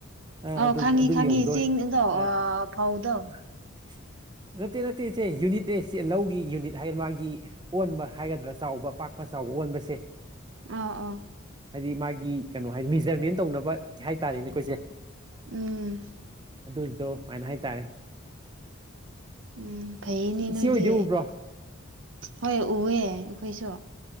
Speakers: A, on the right (about 20°); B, on the right (about 65°).
A: ꯑꯥ
B: ꯑꯧ
A: ꯑꯗꯨꯒꯤ-ꯑꯗꯨ
B: ꯈꯪꯉꯤ ꯈꯪꯉꯤ
A: ꯌꯧꯗꯣꯔꯦ
B: ꯆꯤꯡꯗꯣ
A: ꯑꯥ
B: ꯐꯧꯗꯣ
A: <inaudible> ꯅꯠꯇꯦ-ꯅꯠꯇꯦ ꯏꯆ‌ꯦ ꯌꯨꯅꯤꯠꯅꯦ ꯏꯆ‌ꯦ ꯂꯧꯒꯤ ꯌꯨꯅꯤꯠ ꯍꯥꯏꯔꯦ ꯃꯥꯒꯤ ꯑꯣꯟꯕ ꯍꯥꯏꯒꯗ꯭ꯔꯥ ꯆꯥꯎꯕ ꯄꯥꯛꯄ ꯆꯥꯎꯕ ꯑꯣꯟꯕꯁꯦ
B: ꯑꯥꯎ-ꯑꯥꯎ
A: ꯍꯥꯏꯗꯤ ꯃꯥꯒꯤ ꯀꯩꯅꯣ ꯍꯥꯏꯗꯤ ꯃꯤꯖ꯭ꯔꯃꯦꯟ ꯇꯧꯅꯕ ꯍꯥꯏꯇꯥꯔꯦꯅꯦ ꯀ‌ꯣ ꯏꯆ‌ꯦ
B: ꯎꯝ
A: ꯑꯗꯨꯏꯗꯣ ꯍꯥꯏꯅ ꯍꯥꯏꯇꯥꯔꯦ
B: ꯎꯝ ꯐꯩꯌ‌ꯦꯅ‌ꯦ
A: ꯏꯆꯦ
B: ꯅꯣꯏꯗꯤ
A: ꯍꯣꯏꯗꯤ ꯎꯕ꯭ꯔꯣ
B: ꯍꯣꯏ ꯎꯑꯦ ꯑꯩꯈꯣꯏꯁꯨ